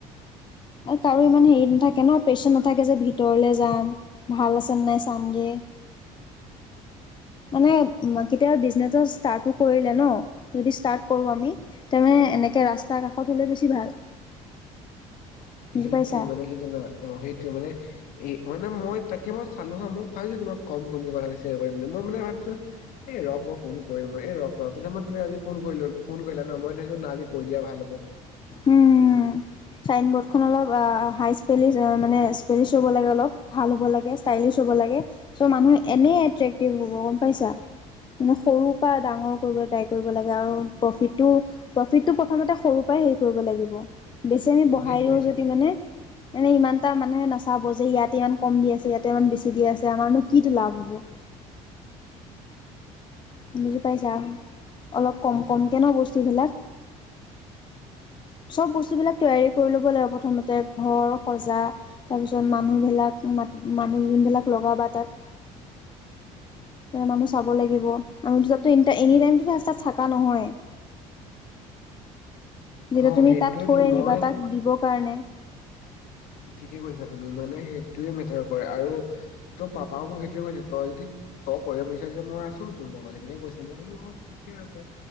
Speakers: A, on the left (about 30°); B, on the left (about 70°).
A: কাৰো ইমান হেৰি নাথাকে ন পেচেন নাথাকে যে ভিতৰলে যাম, ভাল আছেনে নাই চামগে, মানে কেতিয়াবা বিজনেটৰ ষ্টাৰ্টটো কৰিলে ন, যদি ষ্টাৰ্ট কৰো আমি, তেনে এনেকে ৰাস্তাৰ কাষত হ'লে বেছি ভাল। বুজি
B: হেইটোৱে
A: পাইছা
B: মানে কি জানা, অ হেইটোৱে মানে এই মানে মই তাকে মই চালো হাঁ মোক ভাবি‌ছোঁ তোমাক <unintelligible> মই মানে ভাবিছোঁ এ ৰক মই ফোন কৰিম ৰখ ৰখ পিছত মই তুমি আজি ফোন কৰিলো ফোন কৰিলা ন মই <unintelligible> না আজি কৈ দিয়া ভাল হ'ব।
A: উম, চাইনবৰ্ডখন অলপ হাই স্পেলিছ মানে স্পেলিছ হ'ব লাগে অলপ, ভাল হ'ব লাগে, ষ্টাইলিছ হ'ব লাগে চ' মানুহে
B: উম
A: এনেই এট্ৰেক্টিভ হ'ব গম পাইছা? সৰুৰ পৰা ডাঙৰ কৰিবলৈ তাইক কৰিব লাগে আৰু প্ৰফিটটো, প্ৰফিটটো প্ৰথমতে সৰুৰ পৰাই হে কৰিব লাগিব। বেছি আমি
B: অ
A: বহাই
B: সেইটোৱে
A: দিওঁ
B: সেইটোৱে।
A: যদি মানে মানে ইমান এটা মানুহে নাচাব, যে ইয়াতে ইমান কম দি আছে, ইয়াতে ইমান বেছি দি আছে আমাৰনো কিটো লাভ হব? বুজি পাইছাঁ? অলপ
B: উম
A: কম
B: বুজিছো
A: কমকে ন বস্তু বিলাক? চব বস্তুবিলাক তৈয়াৰী কৰি ল'ব লাগে প্ৰথমতে, ঘৰ সজা, তাৰ পিছত মানুহবিলাক মাতিূ মানুহ জোনবিলাক লগাবা তাত। ৰ না মোৰ চাব লাগিব। আমি দুটাটো এনিটাই-এনিটাইমটো ৰাস্তাত থকা নহয়ে। যেতিয়া
B: অ
A: তুমি
B: সেইটোৱেতো
A: তাত থৈ আহিবা,
B: মই
A: তাক শুধিবৰ কাৰণে।
B: ঠিকে কৈছা তুমি, মানে সেইটোয়ে মেটাৰ কৰে আৰু তোৰ পাপাও মোক সেইটোয়ে কৈছে, তই যদি তই কৰিব বিচাৰিছ মই আছো তোৰ লগত, সেনেকে কৈছে, মই বুলো মই ঠিকে আছে,